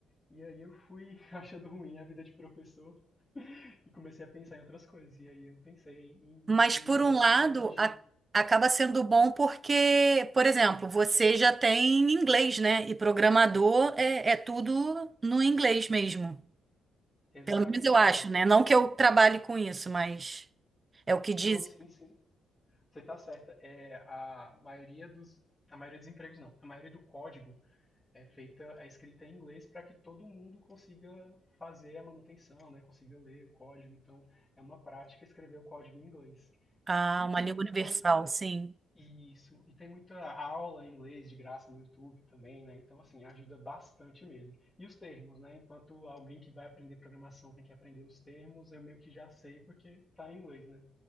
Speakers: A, on the left; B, on the right.
A: E aí eu fui <laughs> achando ruim a vida de professor e comecei a pensar em outras coisas. E aí eu pensei em,
B: Mas
A: em
B: por
A: mudar
B: um
A: para
B: lado,
A: tecnologia.
B: a- acaba sendo bom porque, por exemplo, você já tem inglês, né? E programador é, é tudo no inglês mesmo.
A: Exatamente.
B: Pelo menos eu acho,
A: Aí, fica-
B: né? Não que eu trabalhe com isso, mas é o que diz.
A: não, sim, sim. Você está certa. É a maioria dos, a maioria dos empregos não. A maioria do código é feita, é escrita em inglês para que todo mundo consiga fazer a manutenção, né? Consiga ler o código. Então, é uma prática escrever o código em inglês.
B: Ah,
A: E
B: uma
A: tem
B: língua
A: muita
B: universal,
A: coisa
B: sim.
A: isso, e tem muita aula em inglês de graça no YouTube também, né? Então, assim, ajuda bastante mesmo. E os termos, né? Enquanto alguém que vai aprender programação tem que aprender os termos, eu meio que já sei porque tá em inglês, né?